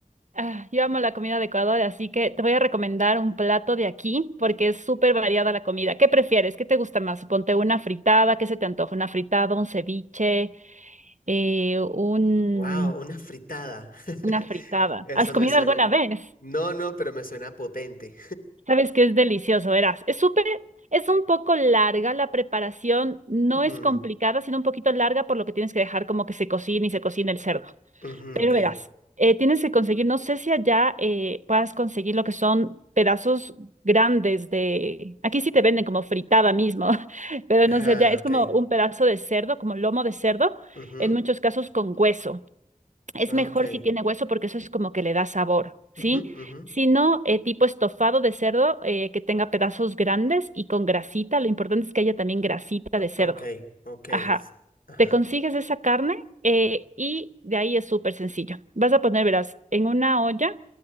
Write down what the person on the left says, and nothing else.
Wow, una fritada. <laughs>
Eso
me suena.
No, no, pero me suena potente.
Ujú,
ujú,
ok.
Ajá,
ok.
Ujú,
ok.
Ujú, ujú,
ok, ok.
s- Ajá.